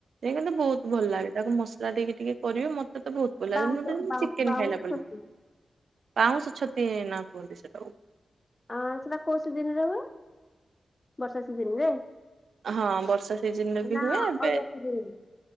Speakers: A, on the right (about 75°); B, on the left (about 20°).
A: ସେଇଟାତ ବହୁତ ଭଲ ଲାଗେ, ତାକୁ ମସଲା ଦେଇକି ଟିକେ କରିବ ମତେ ତ ବହୁତଭଲ ଲାଗେ,
B: ବାଉଁଶ
A: ଯେମିତି
B: ବାଉଁ
A: ଚିକେନ୍
B: ବାଉଁଶ
A: ଖାଇଲାପରି <unintelligible>
B: ଛତୁ।
A: ପାଉଁଶ ଛତି ହିଁ ନା କୁହନ୍ତି ସେଟାକୁ
B: ଆଁ ସେଟା କୋଉ ସିଜିନି ରେ ହୁଏ? ବର୍ଷା ସିଜିନି ରେ
A: ହଁ, ବର୍ଷା ସିଜିନିରେ ବି
B: ନା
A: ହୁଏ, ଏବେ
B: ଅଲଗା ସିଜିନରେ।